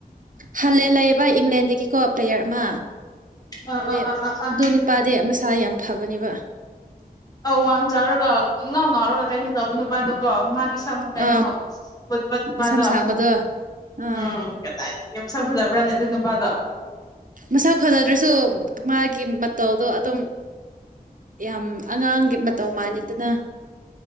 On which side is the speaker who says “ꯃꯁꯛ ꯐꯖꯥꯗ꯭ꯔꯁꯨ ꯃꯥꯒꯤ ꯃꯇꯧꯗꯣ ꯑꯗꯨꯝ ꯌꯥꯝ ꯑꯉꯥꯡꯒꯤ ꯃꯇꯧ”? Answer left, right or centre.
Right